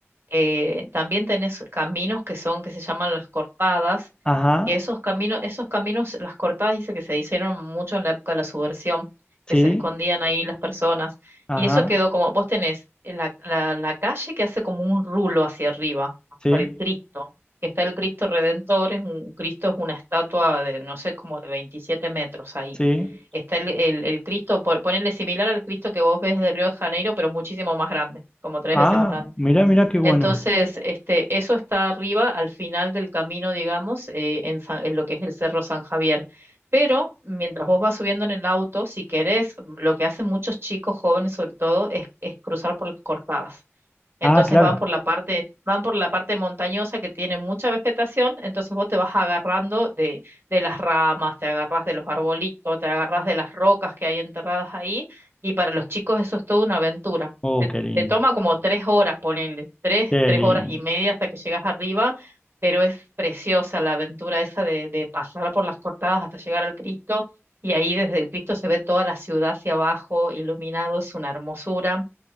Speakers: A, on the right (about 55°); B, on the left (about 20°).
A: eh, también tenés caminos que son, que se llaman las cortadas,
B: Ajá,
A: que esos caminos, esos caminos, las cortadas dice que se hicieron mucho en la época de la subversión,
B: sí,
A: que se escondían ahí las personas.
B: ajá,
A: Y eso quedó como, vos tenés la, la, la calle que hace como un rulo hacia arriba, hasta
B: sí,
A: el Cristo, que está el Cristo Redentor, es un Cristo es una estatua de, no sé, como de 27 metros ahí.
B: sí.
A: Está el, el, el Cristo, po- ponerle similar al Cristo que vos ves de Río de Janeiro, pero muchísimo más grande, como tres
B: Ah,
A: veces más grande.
B: mirá, mirá qué bueno.
A: Entonces, este, eso está arriba, al final del camino, digamos, eh, en, San- en lo que es el Cerro San Javier. Pero mientras vos vas subiendo en el auto, si querés, lo que hacen muchos chicos jóvenes sobre todo es, es cruzar por las cortadas. Entonces
B: Ah, claro.
A: van por la parte, van por la parte montañosa que tiene mucha vegetación, entonces vos te vas agarrando de, de las ramas, te agarras de los arbolitos, te agarras de las rocas que hay enterradas ahí, y para los chicos eso es toda una aventura.
B: Oh,
A: Te,
B: qué lindo,
A: te toma como tres horas, ponele, tres,
B: qué
A: tres
B: lindo,
A: horas y media hasta que llegas arriba, pero es preciosa la aventura esa de, de pasar por las cortadas hasta llegar al Cristo, y ahí desde el Cristo se ve toda la ciudad hacia abajo, iluminado, es una hermosura.